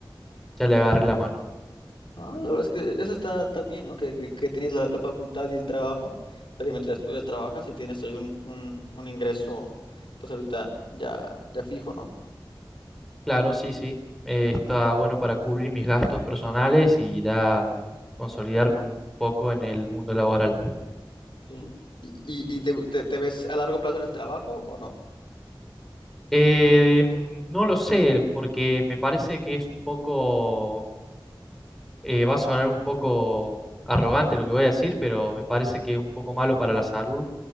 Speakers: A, in the centre; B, on the left.
A: ya le agarré la mano.
B: Ah, la verdad es que eso está, está bien, ¿no? Que, que- que tienes la, la facultad y el trabajo, para que mientras estudias trabajas y tienes ahí un, un- un ingreso, pues ahorita ya, ya fijo, ¿no?
A: Claro, sí, sí, eh, está bueno para cubrir mis gastos personales y ya consolidarme un poco en el mundo laboral.
B: Sí. ¿Y, y- y te, gu- te- te ves a largo plazo en ese trabajo o no?
A: Eh, no lo sé, porque me parece que es un poco Eh, va a sonar un poco arrogante lo que voy a decir, pero me parece que es un poco malo para la salud,